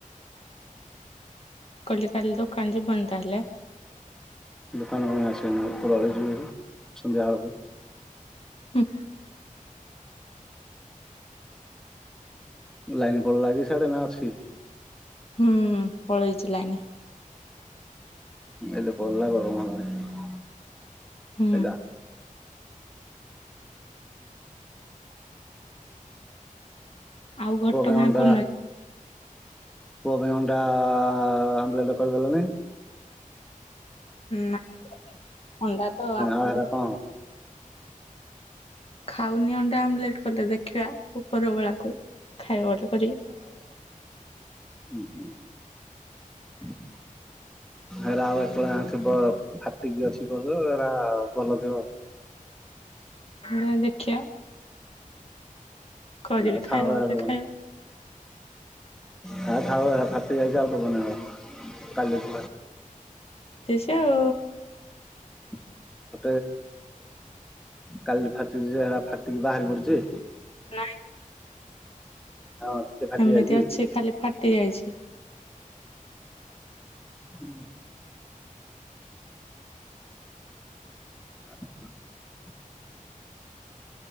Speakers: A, on the left (about 45°); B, in the centre.
A: କଲି କାଲି ଦୋକାନ ଯିବନି ତା ହେଲେ
B: ଦୋକାନ କଣ ଆସନି ଉପରଳି ଯିବ ସନ୍ଧ୍ୟାବେେଳକୁ
A: ହଁ
B: ଲାଇନ ପଳ ଲାଗି ସାଡେ ନା ଅଛି?
A: ହୁଁ, ପଳେଇଛି ଲାଇନି
B: ଏଲେ ପଳେଇଲା ଗରମ ହେଲାଣି
A: ହୁଁ।
B: ଆଇଲା।
A: ଆଉ ଘଟ
B: ପୁଅ ପାଇଁ
A: ଗାଁ
B: ଅଣ୍ଡା
A: କଉ ନ <unintelligible>
B: ପୁଅ ପାଇଁଟା ଅଣ୍ଡା ଆଁ ଆମ୍ଲେଟ୍ କରିଦଲେଣି।
A: ନା ଅଣ୍ଡା ତ ଆମଲେଟ
B: ଆ ର କ <inaudible> ଆଁ।
A: ଖାଉନି ଅଣ୍ଡା ଆମ୍ଲେଟ କଲେ ଦେଖିବା ଉପର ବଳାକୁ ଖାଇବା ଅଡର୍ କରିବି?
B: ହୁଁ, ହୁଁ <inaudible>
A: <inaudible>
B: ଏରା ଆଉ ଏତବେଳେ ଯାଁ ଥିବ ଫାଟିକି ଅଛି କହଛୁ ଏାରା ଭଲ ଥିବ?
A: <unintelligible> ଦେଖିବା କରିବି
B: ହଁ ଥାଉ
A: ଖାଇବା
B: ହେରା
A: ବୋଲି
B: ଦବନି
A: ଖାଇବ
B: ହେରା ଥାଉ ଏ ଗୁଡାକ ଫାଟିଯାଇଛି। ଆଉ <unintelligible> କାଲିକି
A: ଚା <inaudible>
B: <unintelligible> କାଲି ଭାତ <inaudible> <unintelligible> ଫାଟିକି ବାହାରି ପଡୁଛି
A: ହ <inaudible>
B: ହଁ ଟିକେ ଫାଟି
A: ଏମିତି
B: ଯାଇଛି
A: ଅଛି, ଖାଲି ଫାଟି ଯାଇଛି।
B: ହୁଁ। ହ <inaudible>